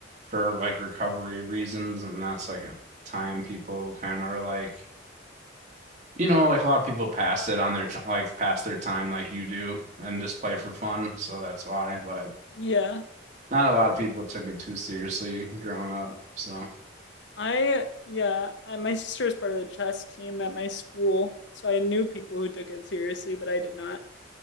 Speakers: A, on the right; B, on the left.
A: for like recovery reasons, and that's like a time people kind of are like, you know, like a lot of people pass it on their t- like pass their time like you do and just play for fun. So that's why. But
B: yeah,
A: not a lot of people took it too seriously growing up. So
B: I yeah, I, my sister was part of the chess team at my school, so I knew people who took it seriously, but I did not